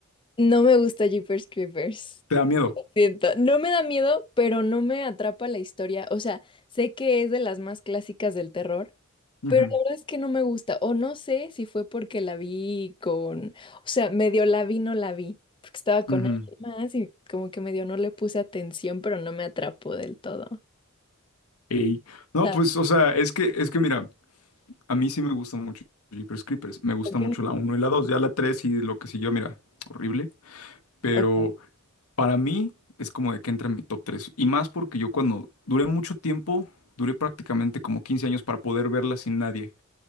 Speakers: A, on the left (about 20°); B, on the left (about 85°).
A: No me gusta Jeepers Creepers.
B: ¿Te da miedo?
A: Siento, no me da miedo, pero no me atrapa la historia. O sea, sé que es de las más clásicas del terror.
B: Ujú,
A: La verdad es que no me gusta, o no sé si fue porque la vi con, o sea, medio la vi, no la vi, porque estaba con
B: ujú.
A: alguien más y como que medio no le puse atención, pero no me atrapó del todo.
B: Ey. No,
A: ¿Sabes?
B: pues, o sea, es que, es que mira, a mí sí me gusta mucho Jeepers Creepers. Me gusta
A: Ok.
B: mucho la uno, y la 2, ya la 3 y lo que siguió, mira, horrible. Pero
A: Ok.
B: para mí es como de que entra en mi top 3 Y más porque yo cuando duré mucho tiempo, duré prácticamente como 15 años para poder verla sin nadie.